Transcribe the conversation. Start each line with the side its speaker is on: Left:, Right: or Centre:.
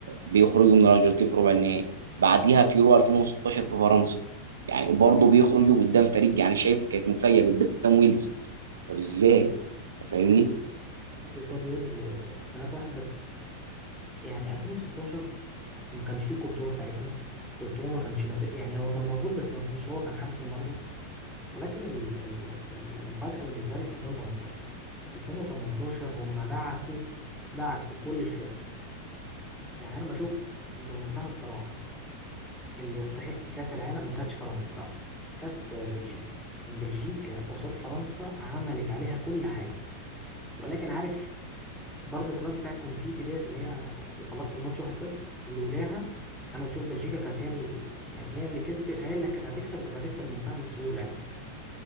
Right: بيخرجوا من الارجنتين في ربع النهائي بعديها في يورو 2016 في فرنسا يعني برضه بيخرجوا قدام فريق يعني شايف كانت مفاجاه قدام ويلز طب ازاي؟ أنت فاهمني؟
Centre: قصاد ويلز آه، 3-1 بس يعني 2016 ما كانش فيه كورتوا ساعتها كورتوا ما كانش مس... يعني هو كان موجود بس ما- مش هو كان حارس المرمى ولكن ال- ال- ال- المفاجأة بالنسبة لي في 2018 2018 هم دعكوا دعكوا كل الفرق يعني أنا بشوف بمنتهى الصراحة اللي يستحق كأس العالم ما كانتش فرنسا لا كانت بلجيكا بلجيكا قصاد فرنسا عملت عليها كل حاجة ولكن عارف ضربة الراس بتاعت أومتيتي ديت اللي هي وخلصت الماتش 1-0 لولاها أنا بشوف بلجيكا كانت هي ال- يعني هي اللي كسبت هي اللي كانت هتكسب وكانت هتكسب بمنتهى السهولة يعني